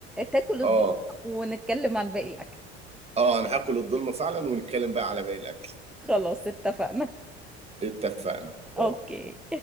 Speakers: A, in the centre; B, on the right (about 20°).
A: تاكل الدولمة
B: اه
A: ونتكلم عن باقي الأكل
B: اه انا هاكل الدولمه فعلا ونتكلم بقى على باقي الاكل
A: خلاص اتفقنا
B: اتفقنا
A: <laughs>
B: باي
A: اوكي